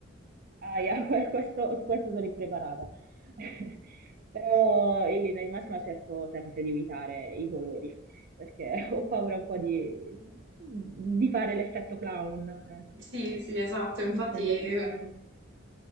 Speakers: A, on the right; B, on the right.
A: Aia, <laughs> que- questo, su questo sono impreparata. <laughs> Però in linea di massima cerco sempre di evitare i colori, perché <laughs> ho paura un po' di, di fare l'effetto clown, ecco.
B: Sì, sì, esatto, infatti
A: Quindi mi tengo sul...
B: eh,
A: lento.